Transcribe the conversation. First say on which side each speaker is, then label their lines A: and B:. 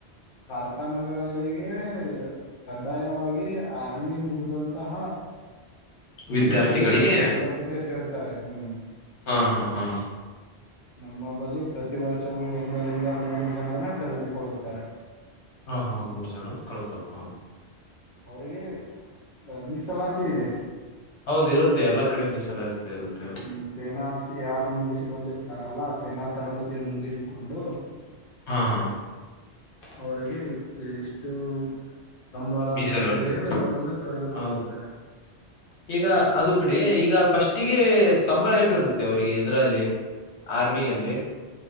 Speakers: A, on the left; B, on the left.
A: ಕಾರ್ಖಾನೆಗಳಿಗೆ ಕಡ್ಡಾಯವಾಗಿ ಆರ್ಮಿ ಮುಗಿದಂತಹ
B: ವಿದ್ಯಾರ್ಥಿಗಳಿಗೆ
A: ಪುರುಷರು ಕೆಲಸಕ್ಕೆ ಸೇರ್ತಾರೆ. ಹ್ಮ್.
B: ಹಾ ಹಾ ಹಾ.
A: ನಮ್ಮ ಬಲಿ ಪ್ರತಿ ವರ್ಷವೂ ಒಂದರಿಂದ ಮೂರು ಜನವನ್ನ ಕರೆದುಕೊಳ್ಳುತ್ತಾರೆ.
B: ಹಾ ಹಾ ಮೂರ್ ಜನ ಕಳ್ಕೋತಾ
A: ಅವ್ರಿಗೆ ಮೀಸಲಾತಿ ಇದೆ.
B: ಹೌದು ಇರುತ್ತೆ ಎಲ್ಲಾ ಕಡೆ ಮೀಸಲ ಇರ್ತೆ ಇರುತ್ತೆ
A: ಹ್ಮ್ ಸೇನಾ ಯಾರು ಮುಗಿಸಿ ಬಂದಿರ್ತಾರಲ್ಲ ಸೇನಾ ತರಬೇತಿಯನ್ನು ಮುಗಿಸಿಕೊಂಡು.
B: ಹಾ ಹಾ
A: ಅವ್ರಿಗೆ ಇಷ್ಟು ಸಂಬಳ
B: ಮೀಸಲು
A: ಅಂತ
B: ಇರ್ತೆ
A: ಹೇಳಿ ಅವ್ರನ್ನ ಕರೆದುಕೊಳ್ಳುತ್ತಾರೆ.
B: ಹೌದು ಈಗ ಅದು ಬಿಡಿ ಈಗ ಫಸ್ ಟ್ಟಿಗೆ ಸಂಬಳ ಎಟ್ಟಿರುತ್ತೆ ಅವರಿಗೆ ಇದರಲ್ಲಿ. ಆರ್ಮಿಯಲ್ಲಿ.